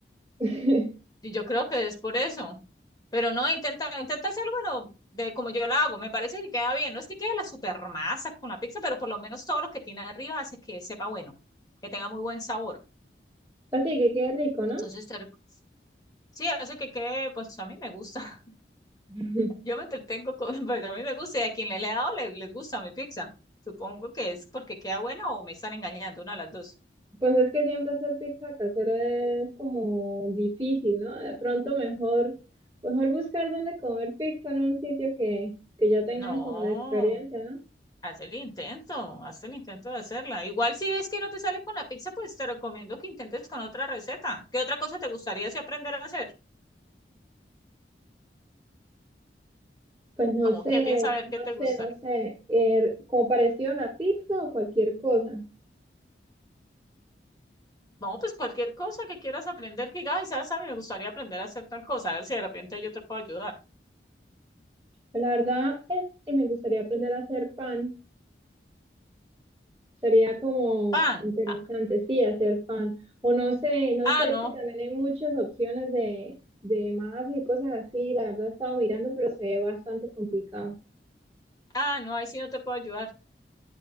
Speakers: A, on the right (about 15°); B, on the left (about 20°).
A: <laughs>
B: Y yo creo que es por eso. Pero no, intenta, intenta hacerlo, bueno, de como yo lo hago, me parece que queda bien. No es que quede la super masa con la pizza, pero por lo menos todo lo que tiene arriba hace que sepa bueno, que tenga muy buen sabor.
A: Así que quede rico, ¿no?
B: Entonces, te rec- sí, hace que quede, pues a mí me gusta.
A: <laughs>
B: Yo me entretengo con, <laughs> pues a mí me gusta y a quien le, le he dado le- les gusta mi pizza. Supongo que es porque queda buena o me están engañando, una de las dos.
A: Pues es que siempre hacer pizza casera es como difícil, ¿no? De pronto mejor, mejor buscar dónde comer pizza en un sitio que, que ya tengan
B: No,
A: como la experiencia, ¿no?
B: haz el intento, haz el intento de hacerla. Igual si ves que no te sale con la pizza, pues te recomiendo que intentes con otra receta. ¿Qué otra cosa te gustaría si aprender a hacer?
A: Pues no
B: Como
A: sé,
B: qué piensa a ver
A: no
B: qué te
A: sé,
B: gustaría.
A: no sé, eh, como parecido a la pizza o cualquier cosa.
B: Vamos, pues cualquier cosa que quieras aprender, que digas, ay, sabes, a mí me gustaría aprender a hacer tal cosa, a ver si de repente yo te puedo ayudar.
A: La verdad es que me gustaría aprender a hacer pan. Sería como
B: Pan.
A: interesante,
B: Ah,
A: sí, hacer pan. O no sé, no
B: ah,
A: sé,
B: no.
A: es que también hay muchas opciones de, de mapas y cosas así. La verdad he estado mirando, pero se ve bastante complicado.
B: Ah, no, ahí sí no te puedo ayudar.